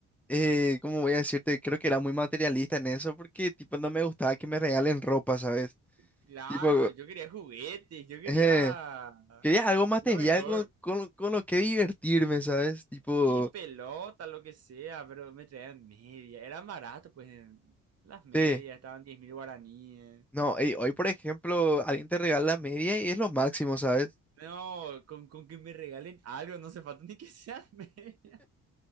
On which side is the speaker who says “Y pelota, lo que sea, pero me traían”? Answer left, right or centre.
Right